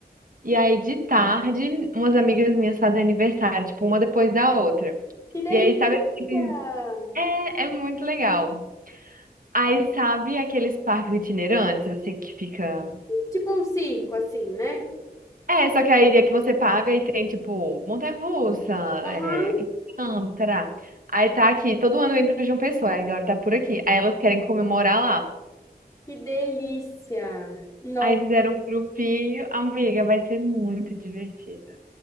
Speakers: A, on the right; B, on the left.
A: E aí de tarde, umas amigas minhas fazem aniversário, tipo, uma depois da outra.
B: Que delícia!
A: E aí, sabe, aquele- é, é muito legal. Aí, sabe aqueles parques itinerantes, assim, que fica
B: Tipo um circo, assim, né?
A: É, só que a ilha que você paga e tem, tipo, montanha-russa,
B: Aham,
A: é, que amo, tará. Aí tá aqui, todo ano vem pra João Pessoa, aí agora tá por aqui. Aí elas querem comemorar lá.
B: que delícia! Nossa!
A: Aí fizeram um grupinho, amiga, vai ser muito divertido.